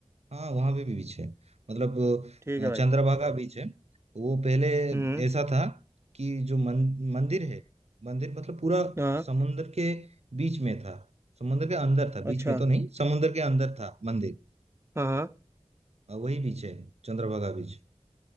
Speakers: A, on the right; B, on the right.
A: हाँ वहाँ पे भी बीच है मतलब
B: ठीक
A: अ,
B: है
A: चंद्रभागा
B: भाई
A: बीच है वो पहले
B: हम्म
A: ऐसा था कि जो मन, मंदिर है मंदिर मतलब पूरा
B: हाँ
A: समुंदर के बीच में था समुंदर के अंदर था बीच
B: अच्छा
A: में तो नहीं समुंदर के अंदर था मंदिर
B: हाँ हाँ
A: अ, वही बीच है चंद्रभागा बीच